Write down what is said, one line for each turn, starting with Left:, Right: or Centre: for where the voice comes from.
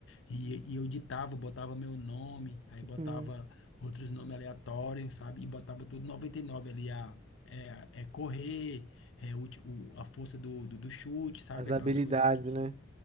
Left: e, e eu editava, botava meu nome, aí
Right: <laughs>
Left: botava outros nomes aleatórios, sabe? E botava tudo 99 ali, a, é, a- é correr, é o, ti- o- a força do, do, do chute, sabe?
Right: As habilidades,
Left: Aquelas coisas que tinha.
Right: né?